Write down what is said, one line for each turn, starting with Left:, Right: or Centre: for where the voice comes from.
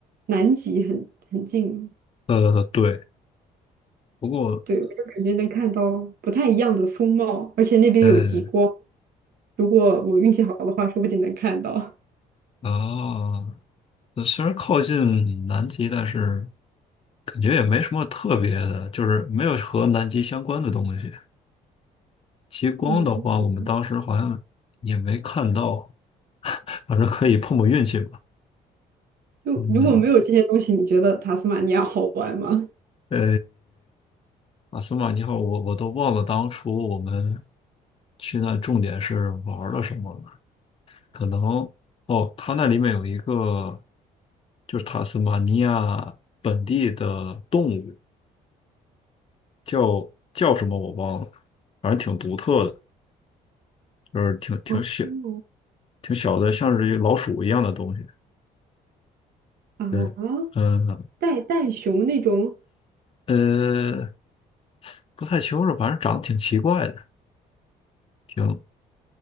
Right: 南极很很近吗？
Left: 呃，对，不过。
Right: 对，我就感觉能看到不太一样的风貌，而且那边有极光，
Left: 呃，
Right: 如果我运气好的话，说不定能看到。
Left: 哦，那虽然靠近南极，但是感觉也没什么特别的，就是没有和南极相关的东西。极光的话，
Right: 嗯
Left: 我们当时好像也没看到，反正可以碰碰运气吧。
Right: 就如果没有这些东西，
Left: 嗯，
Right: 你觉得塔斯马尼亚好玩吗？
Left: 呃，阿斯玛尼号，我我都忘了当初我们去那重点是玩了什么了。可能哦，它那里面有一个就是塔斯马尼亚本地的动物。叫叫什么我忘了，反正挺独特的，就是挺挺小
Right: <laughs>
Left: 挺小的，像是一个老鼠一样的东西。
Right: 啊，
Left: 对，嗯
Right: 袋袋熊那种，
Left: 呃，不太清楚，反正长得挺奇怪的。嗯，